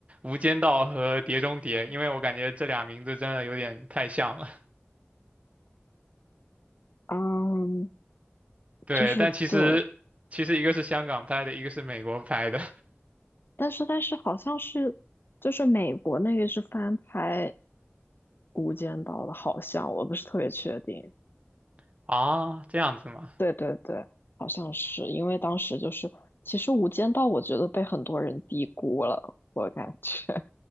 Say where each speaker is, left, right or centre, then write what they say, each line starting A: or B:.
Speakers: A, on the right; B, on the left.
A: 《无间道》和《碟中谍》，因为我感觉这俩名字真的有点太像了。
B: 嗯，
A: 对，
B: 就是对，
A: 但其实其实一个是香港拍的，一个是美国拍的
B: 但是但是好像是就是美国那个是翻拍《无间道》的，好像我不是特别确定。
A: <laughs> 啊，这样子吗？
B: 对对对，好像是因为当时就是其实《无间道》我觉得被很多人低估了，我感觉